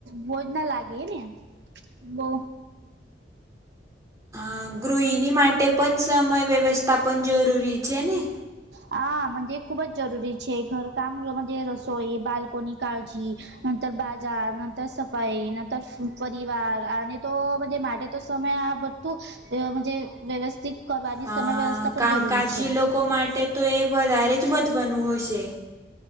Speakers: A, on the right; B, on the right.
A: ભોજ ના લાગે ને બો
B: હ ગૃહિણી માટે પન સમય વ્યવસ્થા પણ જરૂરી છે, ને
A: હા મજે ખૂબ જ જરૂરી છે, ઘરકામ <unintelligible> રસોઈ બાલ્કોની કાળજી નંતર બાજાર નંતર સફાઈ નંતર પરિવાર અને તો મજ માડે તો સમય આ બધું મજે વ્યવસ્થિત કરવાની
B: હા
A: સમય વ્યવસ્થા પણ
B: કામકાજ
A: જરૂરી છે.
B: જે લોકો માટે તો એ વધારે જ મહત્ત્વનું હશે